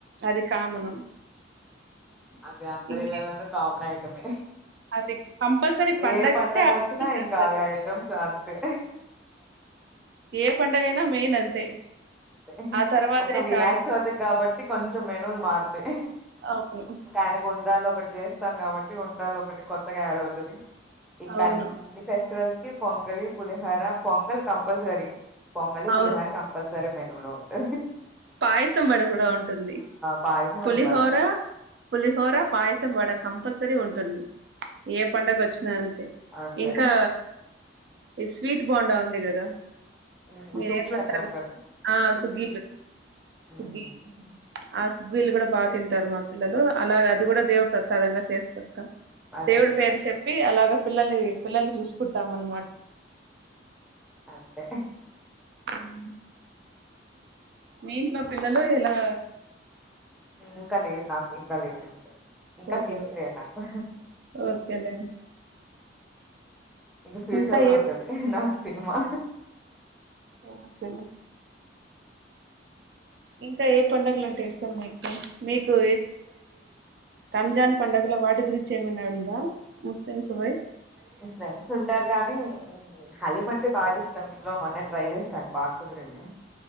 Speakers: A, on the right (about 60°); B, in the centre.
A: అది కామను
B: అది అందరి
A: ఇంక
B: ఇళ్లలోనూ కామన్ ఐటం మే
A: అది కంపల్సరీ పండగంటే
B: ఏ పండగ
A: ఆ
B: వచ్చినా
A: ముగ్గులు చేస్తారు.
B: ఇంకా అవి ఐటమ్స్ అంతే
A: ఏ పండుగైనా మెయిన్ అంతే
B: అంటే
A: ఆ తర్వాతే
B: ఒక వినాయక
A: చాయిస్
B: చవితికి కాబట్టి కొంచెం మెనులు మారుతాయి
A: అవును
B: ఇంకా అయిన కి ఉండ్రాళ్ళు ఒకటి చేస్తాం కాబట్టి ఉండ్రాళ్ళు ఒకటి కొత్తగా యాడ్ అవుతాది ఇంకా
A: అవును
B: అన్ని ఫెస్టివల్స్ కి పొంగలి, పులిహొర పొంగల్ కంపల్సరి పొంగలి
A: అవును
B: పులిహొర కంపల్సరి <unintelligible> మేను లో ఉంటే
A: పాయసం వడ కూడా ఉంటుంది
B: పాయసం
A: పులిహోర
B: అండ్ వడ
A: పులిహోర పాయసం వాడ కంపల్సరీ ఉంటుంది ఏ పండగ వచ్చిన అంతే
B: అంతే
A: ఇంకా ఈ స్వీట్ బొండా వుంది కదా
B: ఉమ్,
A: మీరేమంటారు
B: సుఖీ అంటాం కదా
A: ఆ
B: సుఖీ
A: సుగ్గిలు
B: సుఖీ ఉమ్,
A: సుగ్గి ఆ సుగ్గిలు కూడా బాగ తిం తింటారు మా పిల్లలు అలాగే అది కూడా దేవుడు ప్రసాదంగా చేసి పెడతాం
B: అదే
A: దేవుడి
B: అదే
A: పేరు చెప్పి అలా పిల్లల్ని పిల్లల్ని చూసుకుంటాం మనం
B: అంతే
A: మ్మ్ మీ ఇంట్లో పిల్లలు ఎలా
B: ఇంకా లేరు నాకు ఇంకా లేరు ఇంకా ఇంకా
A: ఓకే
B: కిడ్స్ లేరు నాకు
A: ఓకేలేండి
B: ఇంక ఫ్యూచర్
A: ఇంకా
B: లో
A: ఏ
B: ఉంటాది నాకు సినిమా
A: ఓకే ఇంకా ఏ పండుగలు అంటే ఇష్టం మీకు. రంజాన్ పండగల వాటి గురించి ఏమన్న ఉందా ముస్లిమ్స్ పోయ్
B: ఫ్రెండ్స్ ఉంటారు కానీ హలీం అంటే బాగా ఇష్టాం ఇంట్లో మొన్న ట్రై చేస కాని బాగా కుదిరింది